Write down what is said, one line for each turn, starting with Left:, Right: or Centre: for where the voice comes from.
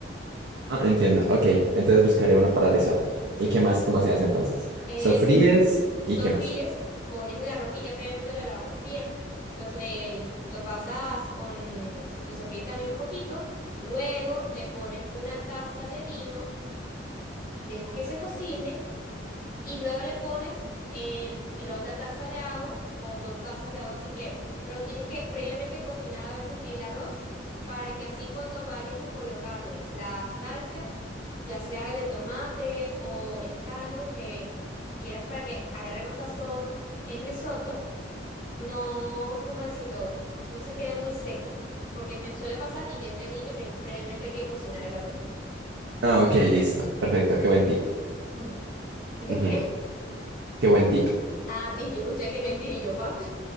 Right: ah, entiendo. Ok, entonces
Left: Ah,
Right: buscaré uno para risotto.
Left: Sí.
Right: ¿Y qué más? ¿Cómo se hace entonces?
Left: Eh,
Right: Sofríes
Left: ¿tú,
Right: y
Left: Sofríes,
Right: qué más.
Left: pones el arroz que ya previamente lo lavaste bien, los, eh, lo pasas con, lo sofríes también un poquito, luego le pones una taza de vino, dejas que se cocine y luego le pones el, la otra taza de agua o dos tazas de agua si quieres. Pero tienes que previamente cocinar a veces el arroz para que así cuando vayas a colocarle las salsas, ya sea de tomate o el caldo que quieras para que agarre más sazón, el risotto, no, ¿cómo decirlo? No se quede muy seco, porque me suele pasar y ya entendí que prim- previamente hay que cocinar el arroz.
Right: Ah, ok, listo. Perfecto, qué buen tip.
Left: Ujú. ¿Qué, qué?
Right: Ujú,
Left: qué?
Right: Qué buen tip.
Left: Ah, tip, yo escuché que mentir y yo, what?